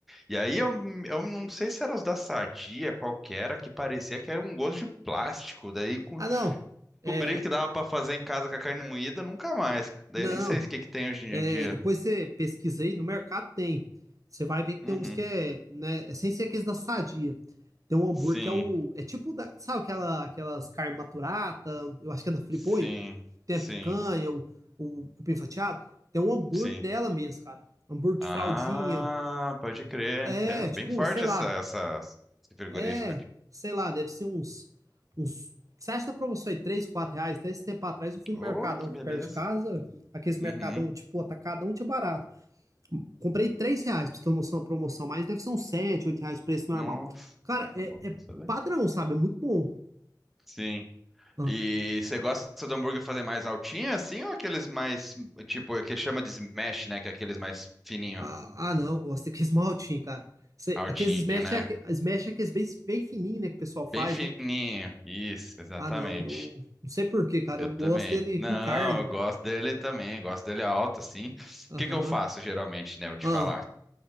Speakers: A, in the centre; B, on the right (about 50°).
A: E aí eu, eu não sei se eram os da Sadia, qual que era, que parecia que era um gosto de plástico. Daí co-
B: Ah, não. É,
A: descobri que dava pra fazer em casa com a carne moída, nunca mais. Daí
B: não.
A: nem sei o que que tem hoje em
B: É,
A: dia.
B: depois você pesquisa aí, no mercado tem. Você vai ver que
A: Uhum.
B: tem uns que é, né, é sem ser aqueles da Sadia. Tem um hambúrguer
A: Sim,
B: que é o, é tipo da, sabe aquela, aquelas carne maturata, eu acho que é da Friboi,
A: sim,
B: tem
A: sim,
B: a picanha, o, o cupim fatiado. Tem um hambúrguer
A: sim.
B: dela mesmo, cara. Hambúrguer
A: Ah,
B: de fraldinha.
A: pode crer.
B: É,
A: Tem
B: tipo,
A: bem forte
B: sei lá,
A: essa, essa, esse frigorífico
B: É,
A: aqui.
B: sei lá, deve ser uns, uns. Você acha que na promoção é 3, 4 reais? Até esse tempo atrás eu fui no
A: Oh,
B: Mercadão
A: que
B: que
A: beleza.
B: perto de casa, aqueles Mercadão
A: Uhum.
B: tipo atacadão tinha barato. Comprei 3 reais, pra você ter uma noção da promoção, mas deve ser uns 7 8 reais o preço normal.
A: Nossa,
B: Cara,
A: tá
B: é,
A: bom
B: é
A: saber.
B: padrão, sabe? É muito bom.
A: Sim.
B: Ah,
A: E você gosta do hambúrguer fazer mais altinho assim ou aqueles mais, tipo, que chama de smash, né? Que é aqueles mais fininho,
B: ah, ah, não, eu gosto daqueles maltinhos, cara. Cê-
A: altinho,
B: Aqueles smash
A: né?
B: é, aque- smash é aqueles bem, bem fininhos, né, que o pessoal faz,
A: Bem fininho.
B: né?
A: Isso, exatamente.
B: Ah, não, eu não sei por quê, cara.
A: Eu
B: Eu
A: também.
B: gosto dele
A: Não,
B: com carne.
A: eu gosto dele também, gosto dele alto, assim. O
B: Aham,
A: que que eu faço geralmente, né? Vou te
B: ah,
A: falar.